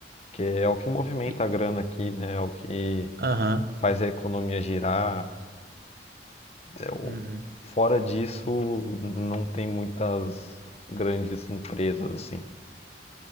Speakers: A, on the left; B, on the right.
A: Que é o que movimenta
B: E-
A: a grana aqui, né? É o que
B: Aham.
A: faz a economia girar, é
B: Uhum.
A: Fora disso, não tem muitas grandes empresas assim.